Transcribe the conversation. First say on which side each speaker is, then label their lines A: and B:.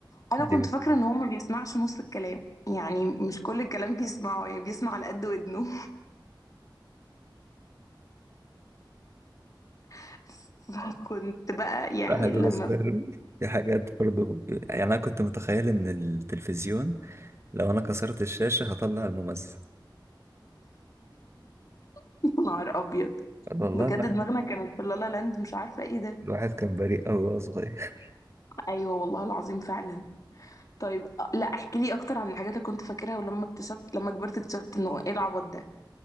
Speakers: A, on the left (about 45°); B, on the right (about 35°).
A: انا كنت
B: ايوه
A: فاكره ان هو ما بيسمعش نص الكلام يعني مش كل الكلام بيسمعه يعني بيسمع على قد ودنه <laughs> فكنت بقى يعني
B: واحد
A: لما
B: هو صغير <laughs> في حاجات برضه يعني انا كنت متخيل ان التلفزيون لو انا كسرت الشاشه هطلع الممثل
A: <laughs> نهار ابيض
B: والله
A: بجد
B: الواحد
A: دماغنا كانت في لالا لاند مش عارفة ايه ده
B: الواحد كان بريء قوي وهو صغير
A: ايوه والله العظيم فعلا طيب أ- لا احكي لي اكتر عن الحاجات اللي كنت فاكرها ولما اكتشفت لما كبرت اكتشفت انه ايه العبط ده